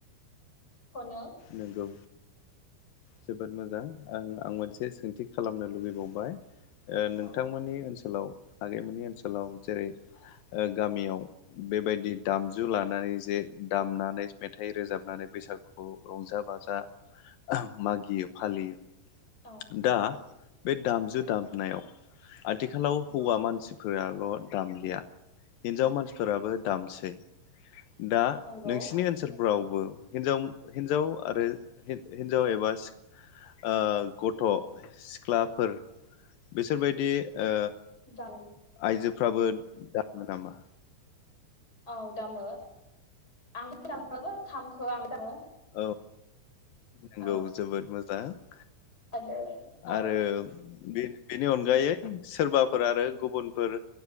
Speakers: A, on the left (about 20°); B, on the left (about 75°).
A: खनो
B: नोंगौ जोबोद मोजां। आं आं मोनसे सोंथि खालामनो लुबैबावबाय। ओ नोंथांमोननि
A: औ
B: ओनसोल गोलाव आगैमोननि ओनसोलाव जेरै ओ गामियाव बेबाय दि दामजु लानानै जे दामनानै मेथाइ रोजाबनानै बैसागुखौ रंजा बाजा मागियो फालियो।
A: औ
B: दा बे दामजु दामनायाव आथिखालाव
A: नंगौ
B: हौवा मानसिफो फोराल' दामलिया हिनजाव मानसि फोराबो
A: औ
B: दामसै दा
A: नंगौ
B: नोंसिनि ओनसोल फोरावबो हिन्जाव हिन्जाव आरो हिन्जाव एबा सि ओ गथ' सिख्लाफोर बिसोरबायदि ओ
A: दामो।
B: आइजोफ्राबो दामो नामा?
A: औ दामो। आंबो दामो खामखो आंनो दामो।
B: औ नोंगौ
A: औ
B: जोबोद मोजां। <unintelligible>
A: आरो औ।
B: आरो बे बेनि अनगायै सोरबाफोर आरो गुबुनफोर